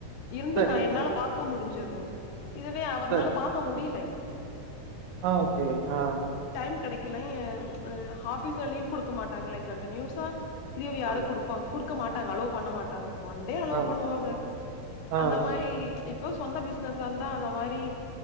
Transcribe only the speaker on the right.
சரிங்க
சரி
சரி
ஆ ஓகே ஆ
ஆமா
ஆமா
ஆ
ம்